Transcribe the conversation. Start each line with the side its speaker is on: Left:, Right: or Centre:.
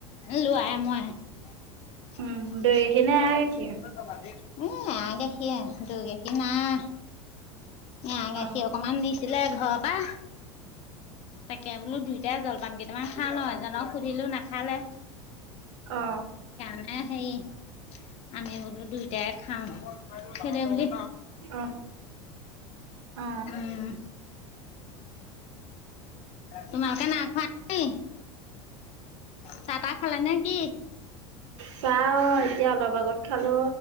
Left: লোৱাই- মই। <unintelligible>
Right: উম দৈ খিনি গাখীৰ
Left: উম, এয়া গাখীৰে দৈ, গাখীৰ নাই। এয়া গাখীৰ
Right: অ
Left: অকমান দিছিলে ঘৰৰ পৰা তাকে বোলো দুই তাই জলপান কেইটামান খাই লও এজনক সুধিলো নাখালে
Right: অ
Left: মানে হেৰী আমি বোলো দুইটাই খাওঁ খেৰে বুলি
Right: অ অ
Left: উম তোমালোকে নাইখোৱা নি? চাহ- তাহ খালা নে কি?
Right: চাও এতিয়া অলপ আগত খালো